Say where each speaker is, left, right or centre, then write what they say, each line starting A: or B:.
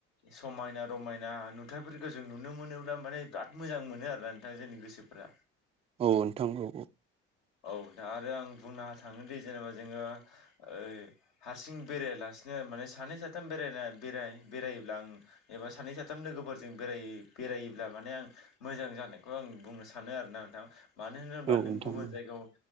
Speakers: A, on the left; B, on the right.
A: समायना रमायना नुथायाइफोरखौ जों नुनो मोनोब्ला माने बिराद मोजां मोनो आरोना नोंथां जोंनि गोसोफ्रा
B: औ नोंथां औ औ
A: औ नोंथां आरो आं बुंनो थाङोन दि जेनेबा जोङो ओइ हारसिं बेरायला सिनो माने सानै साथाम बेरायना बेरा बेरायोब्ला आं एबा सानै साथाम लोगोफोरजों बेराय बेरायोब्ला माने आं मोजां जानायखौ आं बुंनो सानो आरो ना नोंथां मानो होनोब्ला
B: औ
A: नों
B: नोंथां
A: गुबुन
B: औ
A: जायगायाव